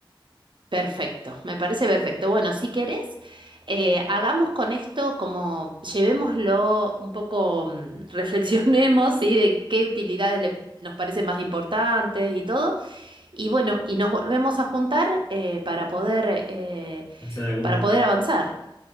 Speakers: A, on the right; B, on the left.
A: Perfecto, me parece perfecto. Bueno, si querés, eh, hagamos con esto como llevémoslo un poco, mm, <laughs> reflexionemos, ¿sí? De qué utilidades le- nos parecen más importantes y todo. Y bueno, y nos volvemos a juntar eh, para poder, eh,
B: hacer algún
A: para
B: mockup.
A: poder avanzar,